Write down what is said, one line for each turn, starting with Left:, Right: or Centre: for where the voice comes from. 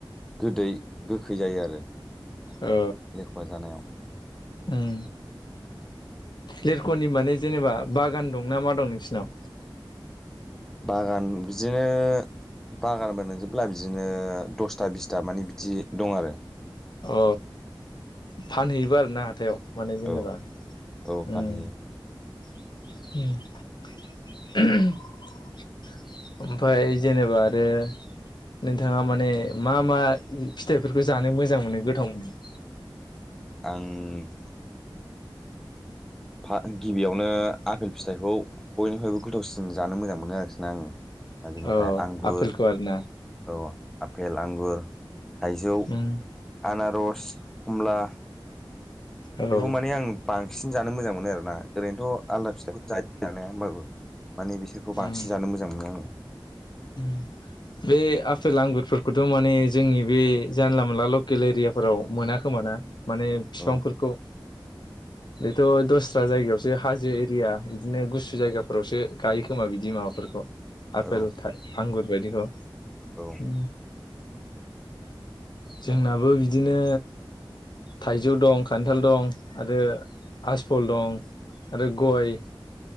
Centre: गोदै गोखै जायो आरो
Left: औ
Centre: लिरख'आ जानायाव
Left: उम लेरख'नि माने जेनेबा बागान दं ना मा दं नोंसिनाव
Centre: बागान बिदिनो बागानबो नोंजोबब्ला बिदिनो दस था बिसथा मानि बिदि दं आरो
Left: अ फानहैयोबो आरोना हाथायाव माने जेनेबा
Centre: औ औ फानहैयो
Left: ओमफ्राय जेनेबा आरो नोंथाङा माने मा मा फिथाइफोरखौ जानो मोजां मोनो गोथाव मोनो <inaudible>
Centre: आं फा गिबियावनो आपेल फिथाइखौ बयनिफ्रायबो गोथावसिन जानो मोजां मोनो आरोखि ना आङो ओ बेनिफ्राय
Left: अ
Centre: आंगुर
Left: आपेलखौ आरोना
Centre: औ आपेल आंगुर थाइजौ
Left: उम
Centre: आनारस कमला
Left: औ
Centre: बेखौ माने आं बां बांसिन जानो मोजां मोनो आरोना ओरैनोथ' आलदा फिथाइखौ जायो जानाया होमबाबो माने बिसोरखौ
Left: उम
Centre: बांसिन जानो मोजां मोनो आङो।
Left: <inaudible> बे आफेल आंगुरफोरखौथ' माने जोंनि बे जानला मोनला लकेल एरियाफोराव मोनाखो। खोमा ना माने फिफांफोरखौ।
Centre: औ
Left: बेथ' दस्रा जायगायावसो हाजो एरिया बिदिनो गुसु जायगाफोरावसो गायो खोमा बिदि माबाफोरखौ आफेल
Centre: औ
Left: आंगुर बायदिखौ
Centre: औ
Left: उ। जोंनाबो बिदिनो थाइजौ दं खान्थाल दं आरो आसफल दं। आरो गय,